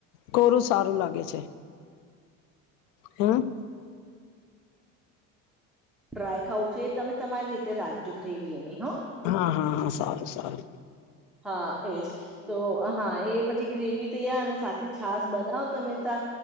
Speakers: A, on the left; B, in the centre.
A: કોરું સારું લાગે છે. હમ.
B: ડ્રાય ખાવું છે એ તમે તમારી રીતે રાખજો ગ્રેવી એની હો.
A: હા હા હા સાર સારું.
B: હા એજ તો હા એ પછી ગ્રેવી તૈ અને સાથે છાસ બનાવો તમે તા